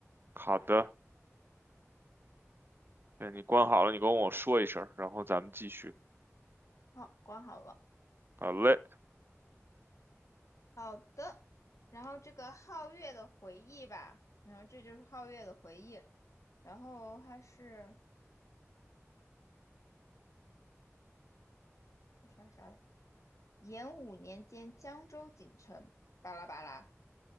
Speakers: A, on the right; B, on the left.
A: 好的。对，你关好了，你跟我说一声然后咱们继续。
B: 好，关好了，
A: 好嘞，
B: 好的，然后这个皓月的回忆吧，然后这就是皓月的回忆，然后它是啥啥的，延武年间江州锦城，巴拉巴拉。